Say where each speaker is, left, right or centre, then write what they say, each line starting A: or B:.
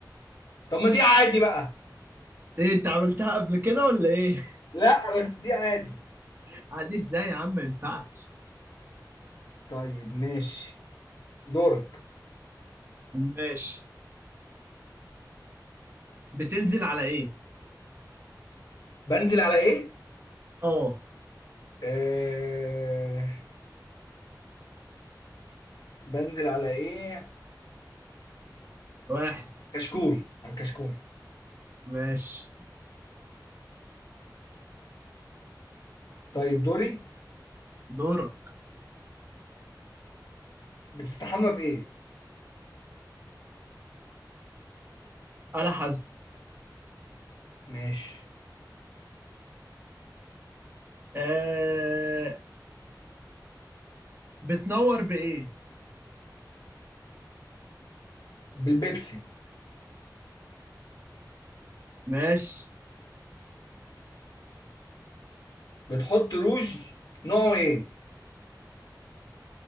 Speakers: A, on the left (about 65°); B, on the right (about 30°).
A: طب ما دي عادي بقى
B: ايه انت عملتها قبل كده ولا ايه
A: لا بس دي عادي
B: <laughs> عادي ازاي يا عم ما ينفعش
A: طيب ماشي دورك
B: ماشي بتنزل على ايه
A: بنزل على ايه
B: اه
A: آه... بنزل على ايه
B: واحد
A: كشكول على الكشكول
B: ماشي
A: طيب دوري
B: دورة
A: بتستحمى بايه
B: على حسب
A: ماشي
B: آه... بتنور بايه
A: بالبيبسي
B: ماشي
A: بتحط روج نوعه ايه